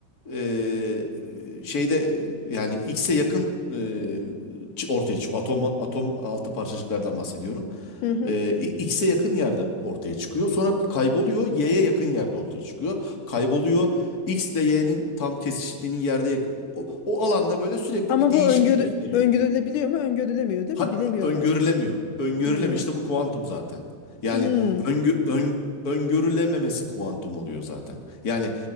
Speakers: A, on the left; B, on the left.
A: e, şeyde yani X'e yakın e, çı- ortaya çıkıyor. Atom atom altı parçacıklardan bahsediyorum.
B: Hı hı.
A: Ee, X'e yakın yerde ortaya çıkıyor. Sonra bir kayboluyor. Y'ye yakın yerde ortaya çıkıyor. Kayboluyor. X ile Y'nin tam kesiştiğinin yerde yakın. O, o alanda böyle sürekli
B: Ama
A: bir değişim
B: bu öngörü
A: gösteriyor.
B: öngörülebiliyor mu? Öngörülemiyor değil
A: Ha-
B: mi? Bilemiyorlar.
A: öngörülemiyor. Öngörülemiyor.
B: Hı.
A: İşte bu kuantum zaten. Yani
B: Hı.
A: öngö- ön- öngörülememesi kuantum oluyor zaten. Yani